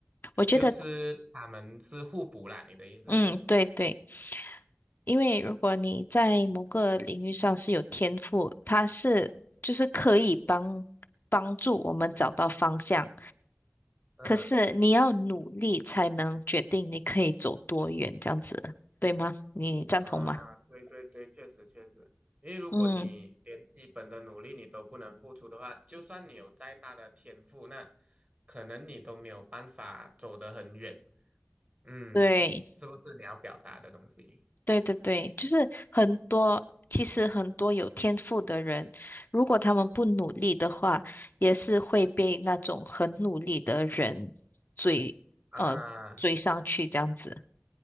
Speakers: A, on the left (about 55°); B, on the right (about 35°).
A: 我觉得，
B: 就是他们是互补啦，你的意思是说，
A: 嗯，对对。因为如果你在某个领域上是有天赋，它是就是可以帮帮助我们找到方向。
B: 嗯
A: 可是你要努力才能决定你可以走多远，这样子，对吗？你赞同吗？
B: 啊，对对对，确实确实，因为如果你连基本的努力你都不能付出的话，
A: 嗯，
B: 就算你有再大的天赋，那可能你都没有办法走得很远，嗯，
A: 对，
B: 是不是你要表达的东西
A: 对对对，就是很多，其实很多有天赋的人，如果他们不努力的话，也是会被那种很努力的人追，
B: 啊？
A: 呃，追上去这样子。